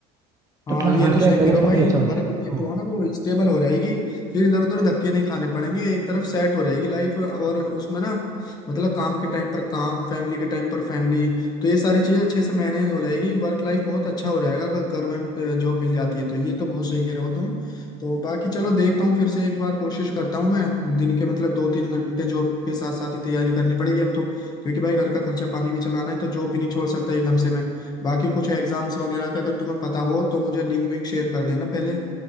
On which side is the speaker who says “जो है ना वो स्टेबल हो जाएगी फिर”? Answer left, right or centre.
Left